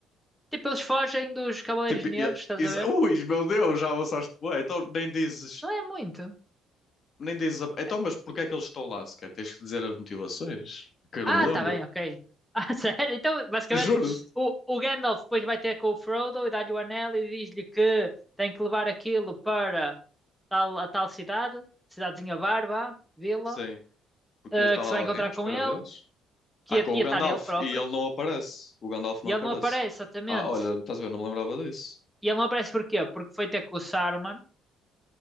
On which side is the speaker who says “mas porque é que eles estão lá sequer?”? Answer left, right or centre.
Left